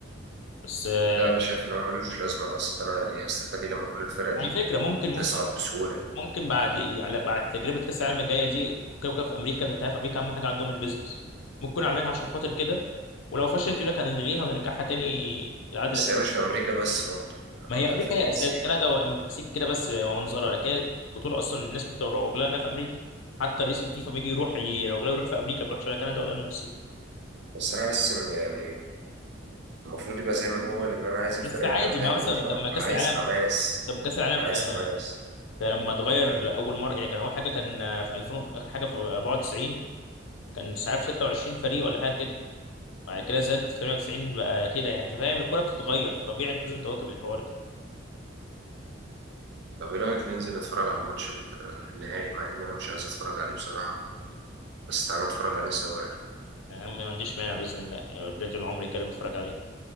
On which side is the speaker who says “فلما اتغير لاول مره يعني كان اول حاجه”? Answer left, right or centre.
Left